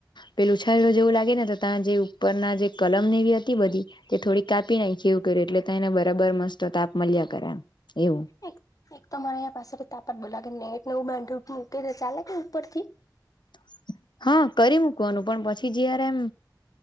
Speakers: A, on the left; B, on the left.
A: પેલ ઉછાયેલો જેવું લાગે ને તો ત્યાં જે ઉપર ના જે કલમ એવી હતી બધી તે થોડી કાપી નાખી એવું કર્યું એટલે ત એને બરાબર મસ્ત તાપ મળ્યા કરે એમ એવું
B: એક એક તો મારે અં પાસે તાપ જ બો લાગે ને એક તો એવુ બાંધું હ કે ચાલે કે ઉપર થી
A: <inaudible> હા કરી મૂકવાનું પણ પછી જયારે એમ